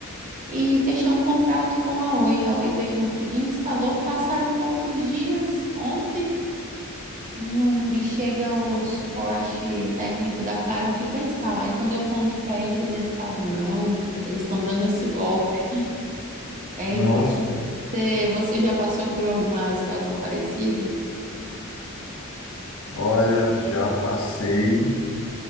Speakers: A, on the right (about 35°); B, on the left (about 70°).
A: E fechei um contrato com a Oi. A Oi veio no outro dia, instalou, passaram poucos dias. Ontem não- me chega o suporte técnico da Claro aqui para instalar. E quando eu conto para eles, eles falaram: não, eles estão dando esse golpe. É
B: Nossa,
A: incrível. Você você já passou por alguma situação parecida?
B: olha, já passei